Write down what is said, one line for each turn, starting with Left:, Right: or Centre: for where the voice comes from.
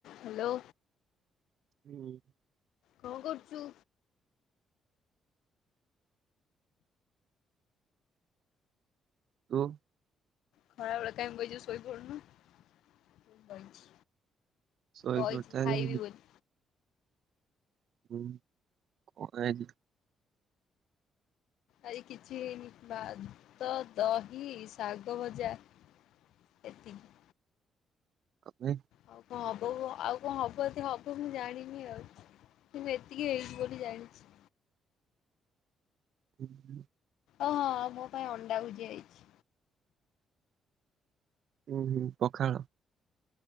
Left: Hello.
Right: ହୁଁ।
Left: କଁ କରୁଚୁ?
Right: ତୁ।
Left: ଖରା ବେଳେ କାଇଁ ବଇଚୁ ସୋଇ ପଡୁନୁ। ମୁଁ ବଇଚି
Right: ଶୋଇ
Left: ବଇଛି
Right: ପଡିଥାନ୍ତି
Left: ଖାଇବି ବୋଲି।
Right: ହୁଁ କଁ ହେଇଛି।
Left: ଆଜି କିଛି ହେଇନି ଭାତ, ଦହି, ଶାଗ ଭଜା। ଏତିକି।
Right: ଅଉ ନାଇ।
Left: ଆଉ କଁ ହବ କଁ ଆଉ କଁ ହବ ଯଦି ହବ ମୁଁ ଜାଣିନି ଆଉ। କିନ୍ତୁ ଏତିକି ହେଇଛିି ବୋଲି ଜାଣିଛି।
Right: ହୁଁ।
Left: ଓ ହଁ ଆଉ ମୋ ପାଇଁ ଅଣ୍ଡା ଭୁଜିଆ ହେଇଛି।
Right: ଉଁ, ହୁଁ ପଖାଳ।